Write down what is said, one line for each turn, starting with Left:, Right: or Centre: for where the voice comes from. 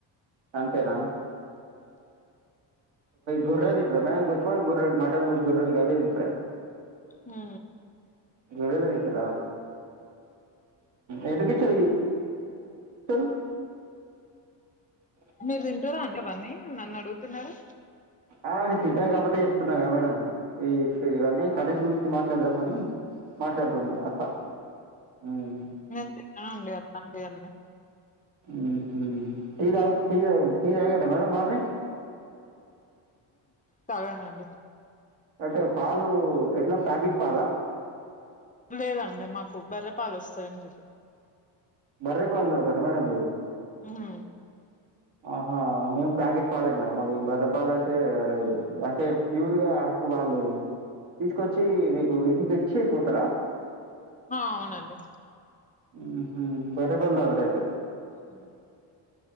Right: అంతేరా గొర్రే తింటార మ్యామ్ ఎక్కువ గొర్రెలు మటలు గొర్రెలు అవే తింటార
Left: హ
Right: జడుల వంటద ఎంటక <unintelligible>
Left: మీరు తింటారా అవన్నీ నన్ను అడుగుతున్నారా
Right: ఆ అను తింటా కాబట్టి చెప్తున్నా కదా మేడ ఈ ఇవన్నీ కరష్ గురించి మాట్లాడదామని మాట్లాడుతున్నాం అట్లా మ్మ్.
Left: నేను తిననండి అట్లాంటివన్నీ
Right: మ్మ్. టీ తాగ్ టీ టీ తగ్గిర్రా మేడం మార్నింగ్
Left: తగనడి
Right: అంటే పాలు ఎట్లా ప్యాకెట్ పాల
Left: లేదండి మాకు బరే పాలు వస్తాయంకు
Right: బర్రే పాల్దవ తట మేడం
Left: హ
Right: ఆహా మేము ప్యాకెట్ పాలే మేడంమ్ అ ఈ బర్రపాల అంటే అంటే ప్యూర్గాకు వాళ్ళు తీసుకొచ్చి మీకు ఇంటికి వచ్చి అయిపోతారా
Left: ఆ అవునండి
Right: ఉ బర్రె పాలు తాగుతారు అయితే
Left: అ